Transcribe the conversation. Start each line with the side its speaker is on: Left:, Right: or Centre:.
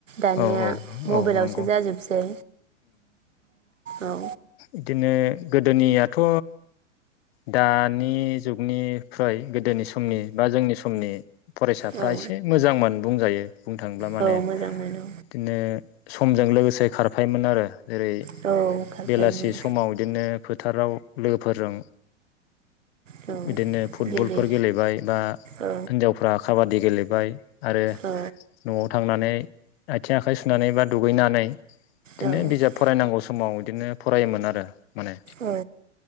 Right: दानिया
Left: औ औ औ
Right: मबाइलावसो
Left: नंगौ
Right: जाजोबसै। औ
Left: इदिनो गोदोनि नियाथ' दानि जुगनिफ्राय गोदोनि समनि बा जोंनि समनि फरायसाफ्रा
Right: औ
Left: एसे मोजां मोन। बुंजायो। बुंनो थाङोब्ला माने
Right: औ मोजां
Left: बिदिनो
Right: मोनो
Left: समजों लोगोसे खारफायोमोन आरो। जेरै
Right: औ खारफायोमोन
Left: बेलासि समाव इदिनो फोथ थाराव लोगोफोरजों
Right: औ
Left: बिदिनो फुटबलफोर
Right: गेले
Left: गेलेबाय बा
Right: औ
Left: हिनजावफ्रा खाबादि गेलेबाय आरो
Right: औ
Left: नआव थांनानै आइथिं आखाइ सुनानै बा दुगैनानै बिदिनो
Right: औ
Left: बिजाब फरायनांगौ समाव बिदिनो फरायोमोन आरो माने
Right: औ